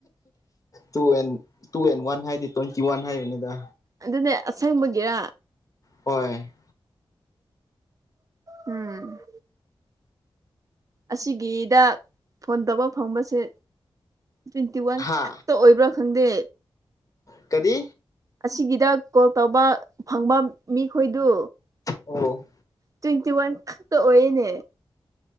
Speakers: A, on the left; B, on the right.
A: two and two and one ꯍꯥꯏꯗꯤ ꯇ꯭ꯋꯦꯟꯇꯤ ꯋꯥꯟ ꯍꯥꯏꯔꯤꯅꯤꯗ
B: ꯑꯗꯨꯅꯦ ꯑꯁꯪꯕꯒꯤꯔ
A: ꯍꯣꯏ
B: ꯎꯝ ꯑꯁꯤꯒꯤꯗ ꯐꯣꯟ ꯇꯕ ꯐꯪꯕꯁꯦ ꯇ꯭ꯋꯦꯟꯇꯤ ꯋꯥꯟ
A: ꯍꯥ
B: ꯈꯛꯇ ꯑꯣꯏꯕ꯭ꯔꯥ ꯍꯟꯗꯦ
A: ꯀꯔꯤ
B: ꯑꯁꯤꯒꯤꯗ ꯀꯣꯜ ꯇꯧꯕ ꯐꯪꯕ ꯃꯤꯈꯣꯏꯗꯨ
A: ꯑꯣ
B: ꯇ꯭ꯋꯦꯟꯇꯤ ꯋꯥꯟꯛꯇ ꯑꯣꯏꯌꯦꯅꯦ